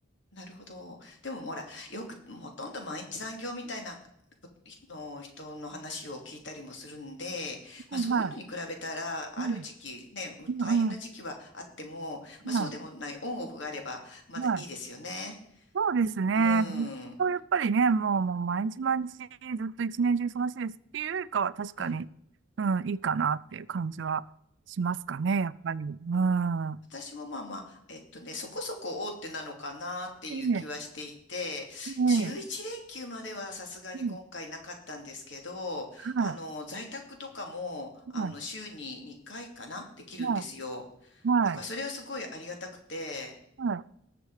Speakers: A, on the left; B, on the right.
A: なるほど。でもほら、よくほとんど毎日残業みたいなの人の話を聞いたりもするんで、まあそういうのに比べたら、
B: うんは
A: ある時期ね、
B: い。うん。うんうん。
A: 大変な時期はあっても、まあそうでもない、
B: はい。
A: オンオフがあればまだいいですよね。
B: はい。そうですね。
A: うん。う
B: そうやっぱりね、もう、もう毎日毎日ずっと一年中忙しいですっていうよりかは確かに、
A: ん。
B: うん、いいかなっていう感じはしますかね、やっぱり。うん。
A: 私もまあまあ、えっとね、そこそこ大手なのかなっていう気はしていて、
B: ええ、ええ、
A: 11連休まではさすがに今回なかったんですけど、
B: ええ、は
A: あの、在宅とかも、あの、
B: い。はい。
A: 週に2回かなできるんですよ。
B: はい、はい、
A: だからそれはすごいありがたくて、
B: は